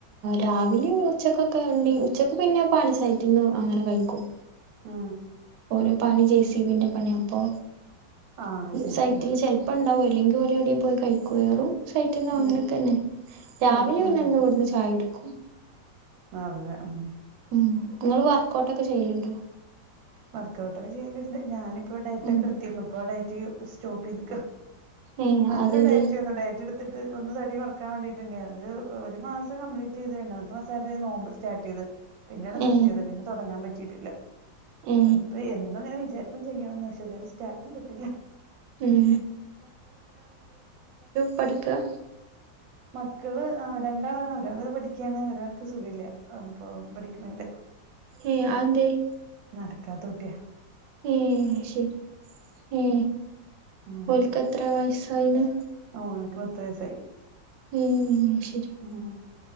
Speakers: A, on the right; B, on the right.
A: രാവിലെ ഉച്ചക്കൊക്കെ ഉണ്ട ഉച്ചക്ക് പിന്നെയും പണി സൈറ്റിന്ന് അങ്ങനെ കഴിക്കും
B: ആ
A: ഓരെ പണി ജെസിബിന്റെ പണി അപ്പൊ
B: ആ ശരി
A: സൈറ്റില് ചെലപ്പോ ഉണ്ടാവാരി ക്കും അല്ലങ്കി ഓര്എവിടേലും പോയി കഴി കേറും സൈറ്റിനോ അങ്ങനൊക്കെന്നെ
B: ഉം
A: രാവിലെ
B: ഉം
A: പിന്നെ
B: ഉം
A: എന്നുവിടുന്ന് ചായ കുടിക്കും
B: അതല്ലേ അം
A: ഉം നിങ്ങൾ വർക്ക് ഔട്ട്ഓക്കെ ചെയ്ലുണ്ടോ
B: വർക്കഔട്ട് ഒക്കെ ചെയ്ലുണ്ട് ഞാനിപ്പോ ഡയറ്റ്
A: ഉം
B: ഒക്കെ എടുത്തിരുന്നു ഇപ്പ ആ ഡയറ്റ് സ്റ്റോപ്പ് ചെയ്തിക്ക.
A: ഏ
B: നല്ലൊരു
A: അതെന്തേ
B: ഡയറ്റ് ആരുന്നു ഡയറ്റ എട് എടുത്തിട്ട് ഒന്ന് തട്ടി കുറക്കാൻ വേണ്ടിട്ടുണ്ടണ്ടനത് അത് ഒരു മാസം കംപ്ലീറ്റ് ചെയ്ത്ണ്ട് രണ്ടാമത്തേമാസം ആയപ്പോഴേക്ക് നോമ്പ് സ്റ്റാർട്ട് ചെയ്ത് പിന്നീട് നിർത്തിയത്
A: ഏ
B: പിന്നെ തുടങ്ങാൻ പറ്റിയിട്ടില്ല
A: ഏ
B: അപ്പൊ എന്തും അങ്ങനെ വിചാരിക്കും ചെയ്യണന്ന്പക്ഷേ ഇതുവരെ സ്റ്റാർട്ട് ചെയ്തിട്ടില്ല
A: ഉം പഠിക്കുവാ
B: മക്കള് അ രണ്ടാളാണ് ഒരാള് പഠിക്കയാണ് ഒരാൾക്ക് സുഖമില്ല ഇപ്പൊ പഠിക്കനില്ല.
A: ഏ അഎന്തേയ്
B: നടക്കാത്ത കുട്ടിയ
A: ഏ ശരി ഏ
B: ഉം
A: ഒൽക്ക് എത്ര വയസ്സായിന്ന്
B: ആൾക്ക് പത്ത് വയസായി
A: ഉം ശരി
B: ഉം